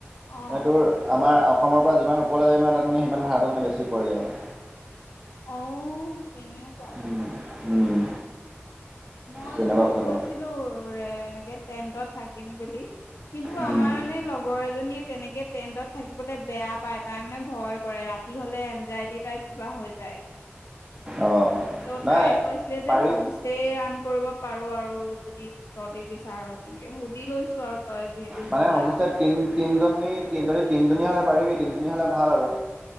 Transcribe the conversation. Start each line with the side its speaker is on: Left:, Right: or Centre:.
Left: অ
Right: এইটোৰ আমাৰ- অসমৰ পৰা যিমান ওপৰলৈ যায় মানে তাত মানে সিমান ভাৰাটো মানে বেছি পৰেগে মানে।
Left: অ। তেনেওকোৱা।
Right: উম উম।
Left: মই
Right: তেনেকুৱা
Left: মানে
Right: কথাটো
Left: কৈছিলো ৰে এনেকে টেন্টত- থাকিম বুলি। কিন্তু
Right: উম
Left: আমাৰ মানে লগৰ এজনীয়ে- তেনেকে টেণ্টত থাকিবলৈ বেয়া পায়, তাই মানে ভয় কৰে ৰাতি হলে এনজাইটি তাইপ কিবা হৈ যায়।
Right: অঁ
Left: ত'
Right: নাই
Left: তাইে কৈছিলে যে
Right: পাৰি
Left: হোমষ্টে আ- কৰিব পাৰো আৰু- যদি তহতি বিচাৰ তেনেকে সুধি লৈছো আৰু- তই যিহেতু
Right: মানে
Left: যোৱা।
Right: হোমষ্টেত তিনি তিনিজনী যদি তিনিজনী হ'লে পাৰিবি তিনিজনী হ'লে ভাল আৰু।